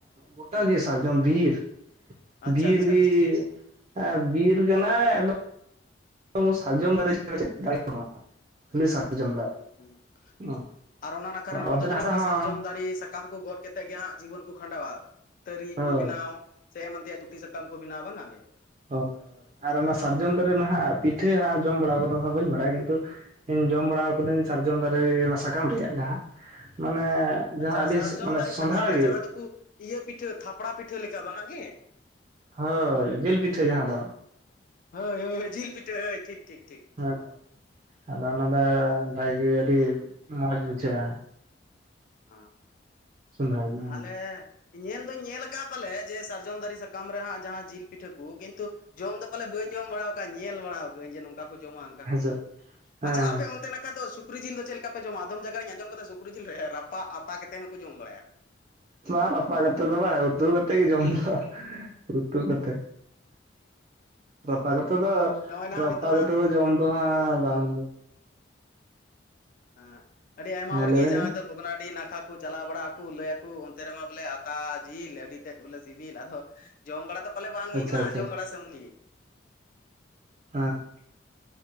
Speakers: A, on the right; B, on the left.
A: ᱜᱚᱴᱟ
B: ᱦᱩᱸ
A: ᱜᱮ ᱥᱟᱨ ᱡᱢᱚᱱ ᱵᱤᱨ ᱵᱤᱨ
B: ᱟᱪᱪᱷᱟ ᱟᱪᱪᱷᱟ
A: ᱜᱮ
B: ᱟᱪᱪᱷᱟ
A: ᱵᱤᱨ ᱠᱟᱱᱟᱭ <unintelligible> ᱥᱟᱨᱡᱚᱢ ᱫᱟᱨᱮ <unintelligible> <unintelligible>
B: ᱦᱩᱸ ᱟᱨ ᱚᱱᱟ ᱱᱟᱠᱷᱟ ᱨᱮᱱ ᱦᱚᱲ
A: ᱚᱱᱛᱮᱱᱟᱜ
B: ᱫᱚ ᱡᱟᱹᱱᱤᱡ
A: ᱦᱟᱥᱟ
B: ᱚᱱᱟ
A: ᱦᱚᱸ
B: ᱥᱟᱨᱡᱚᱢ ᱫᱟᱨᱮ ᱥᱟᱠᱟᱢ ᱠᱚ ᱜᱚᱫ ᱠᱟᱛᱮᱛ ᱜᱮ ᱦᱟᱸᱜ ᱡᱤᱵᱚᱱ ᱠᱚ ᱠᱷᱟᱸᱰᱟᱣᱟ ᱛᱟᱹᱨᱤ
A: ᱦᱳᱭ
B: ᱠᱚ ᱵᱮᱱᱟᱣ ᱥᱮ ᱮᱢᱟᱱ ᱛᱮᱭᱟᱜ ᱪᱩᱴᱤ ᱥᱟᱠᱟᱢ ᱠᱚ ᱵᱮᱱᱟᱣ ᱵᱟᱝ ᱟ ᱜᱮ
A: ᱦᱚᱭ ᱦᱳᱭ ᱟᱨ ᱚᱱᱟ ᱥᱟᱨᱡᱚᱢ ᱫᱟᱨᱮᱮ ᱱᱟᱦ ᱯᱤᱴᱷᱟᱹ ᱦᱟᱜ ᱡᱚᱢ ᱵᱟᱲᱟ ᱠᱟᱫᱟ ᱵᱟᱹᱧ ᱵᱟᱰᱟᱭᱟ ᱠᱤᱱᱛᱩ ᱤᱧ ᱡᱚᱢ ᱵᱟᱲᱟ ᱠᱟᱹᱫᱟᱹᱧ ᱥᱟᱨᱡᱚᱢ ᱫᱟᱨᱮ ᱥᱟᱠᱟᱢ ᱨᱮᱭᱟᱜ ᱡᱟᱦᱟᱸ ᱢᱟᱱᱮ ᱡᱟᱦᱟᱸ
B: ᱟᱪᱪᱷᱟ
A: ᱟᱹᱰᱤ
B: ᱥᱟᱨᱡᱚᱢ
A: ᱢᱟᱱᱮ
B: ᱫᱟᱨᱮ
A: ᱥᱚᱸᱫᱷᱟᱲ
B: ᱥᱟᱠᱟᱢ ᱨᱮ
A: ᱜᱮ
B: ᱡᱟᱦᱟᱸ ᱫᱚᱠᱚ ᱤᱭᱟᱹ ᱯᱤᱴᱷᱟᱹ ᱛᱷᱟᱯᱲᱟ ᱯᱤᱴᱷᱟᱹ ᱞᱮᱠᱟ ᱵᱟᱝ ᱜᱮ
A: ᱦᱳᱭ ᱡᱤᱞ ᱯᱤᱴᱷᱟᱹ ᱡᱟᱦᱟᱸ ᱫᱚ
B: ᱦᱳᱭ ᱦᱳᱭ ᱡᱤᱞ ᱯᱤᱴᱟᱹ ᱦᱳᱭ ᱴᱷᱤᱠ ᱴᱷᱤᱠ ᱴᱷᱤᱠ
A: ᱦᱮᱸ ᱟᱫᱚ ᱚᱱᱟ ᱫᱚ ᱵᱷᱟᱜᱮ ᱟᱹᱰᱤ ᱢᱚᱸᱡᱽ ᱵᱩᱡᱷᱟᱹᱜᱼᱟ᱾
B: ᱦᱚᱸ
A: <unintelligible>
B: ᱟᱞᱮ ᱧᱮᱞ ᱫᱩᱧ ᱧᱮᱞ ᱟᱠᱟᱫᱼᱟ ᱯᱟᱞᱮ ᱡᱮ ᱥᱟᱨᱡᱚᱢ ᱫᱟᱨᱮ ᱥᱟᱠᱟᱢ ᱨᱮᱦᱟᱸᱜ ᱡᱟᱦᱟᱸ ᱡᱤᱞ ᱯᱤᱴᱷᱟᱹ ᱠᱚ ᱠᱤᱱᱛᱩ ᱡᱚᱢ ᱫᱚ ᱯᱟᱞᱮ ᱵᱟᱹᱧ ᱡᱚᱢ ᱵᱟᱲᱟᱟᱣ ᱟᱠᱟᱫᱼᱟ ᱧᱮᱞ ᱵᱟᱲᱟᱟᱣ ᱟᱠᱟᱫ ᱟᱹᱧ ᱡᱮ ᱱᱚᱝᱠᱟ ᱡᱚᱢᱟ ᱚᱱᱠᱟ
A: ᱦᱮᱸᱥᱮ
B: ᱠᱚ ᱡᱚᱢᱟ
A: ᱦᱮᱸ
B: ᱟᱪᱪᱷᱟ ᱟᱯᱮ ᱚᱱᱛᱮ ᱱᱟᱠᱷᱟ ᱫᱚ ᱥᱩᱠ ᱥᱩᱠᱨᱤ ᱡᱤᱞ ᱫᱚ ᱪᱮᱫ ᱞᱮᱠᱟ ᱯᱮ ᱡᱚᱢᱟ ᱟᱫᱚᱢ ᱡᱟᱭᱜᱟ ᱨᱮᱧ ᱟᱡᱚᱢᱫᱟ ᱥᱩᱠᱨᱤ ᱡᱤᱞ ᱨᱮ ᱨᱟᱯᱟᱜ ᱟᱛᱟ ᱠᱟᱛᱮᱮᱫ ᱦᱚᱸᱠᱚ ᱡᱚᱢ ᱵᱟᱲᱟᱭᱟ
A: ᱵᱟᱝ ᱨᱟᱯᱟ ᱠᱟᱛᱮᱮᱫ ᱫᱚ ᱵᱟᱝ ᱩᱛᱩ ᱠᱟᱛᱮ ᱜᱮ ᱡᱚᱢ ᱫᱚ ᱩᱛᱩ ᱠᱟᱛᱮ ᱨᱟᱯᱟ ᱠᱟᱛᱮ ᱫᱚ
B: ᱱᱚᱜᱼᱚᱭ ᱱᱟᱦᱟᱜ
A: ᱨᱟᱯᱟ
B: ᱱᱤᱛᱚᱜ
A: ᱠᱟᱛᱮ ᱫᱚ ᱡᱚᱢ ᱫᱚ ᱦᱟᱸᱜ ᱵᱟᱝ
B: ᱦᱮᱸ ᱟᱹᱰᱤ ᱟᱭᱢᱟ
A: ᱦᱮᱸ
B: ᱦᱚᱲᱜᱮ
A: ᱞᱟᱹᱭ ᱵᱮᱱ
B: ᱡᱟᱦᱟᱸ
A: ᱞᱟᱹᱭ ᱵᱮᱱ
B: ᱫᱚ ᱵᱷᱚᱜᱽᱱᱟᱰᱤ ᱱᱟ ᱯᱷᱟ ᱠᱚ ᱪᱟᱞᱟᱣ ᱵᱟᱲᱟᱜ ᱟᱠᱚ ᱞᱟᱹᱭᱟᱚ ᱚᱱᱛᱮ ᱨᱮᱢᱟ ᱵᱚᱞᱮ ᱟᱛᱟ ᱡᱤᱞ ᱟᱹᱰᱤ ᱛᱮᱫ ᱵᱚᱞᱮ ᱥᱤᱵᱤᱞ ᱟᱫᱚ ᱡᱚᱢ ᱵᱟᱲᱟ ᱫᱚ ᱯᱟᱞᱮ ᱵᱟᱝ ᱦᱩᱭ
A: ᱟᱪᱪᱷᱟ
B: ᱠᱟᱱᱟ
A: ᱟᱪᱪᱷᱟ
B: ᱟᱸᱡᱚᱢ ᱵᱟᱲᱟ ᱥᱩᱢᱩᱝ ᱜᱤ
A: ᱦᱮᱸ